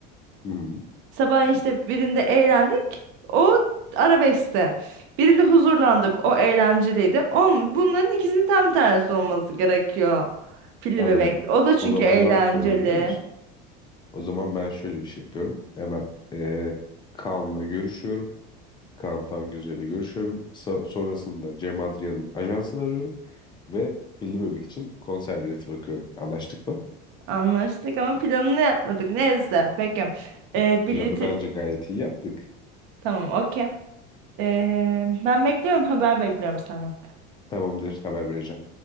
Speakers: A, on the left (about 20°); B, on the right (about 60°).
A: Hı hı,
B: Sabah işte birinde eğlendik. O arabeskte. Birinde huzurlandık. O eğlenceliydi. O, bunların ikisinin tam tersi olması gerekiyor. Pilli
A: anladım.
B: bebek. O da çünkü
A: O zaman
B: eğlenceli.
A: ne yapıyorum biliyor musun? O zaman ben şöyle bir şey yapıyorum. Hemen ee, Kaan'la görüşüyorum. Kaan Tangözel'le görüşüyorum. So- sonrasında Cem Adrian'ın ajansını arıyorum. Ve Pilli Bebek için konser bileti bakıyorum. Anlaştık mı?
B: Anlaştık ama planını yapmadık. Neyse. Peki. Ee, bileti...
A: Planı bence gayet iyi yaptık.
B: Tamam okey. Ee, ben bekliyorum. Haber bekliyorum senden.
A: Tamamdır, haber vereceğim.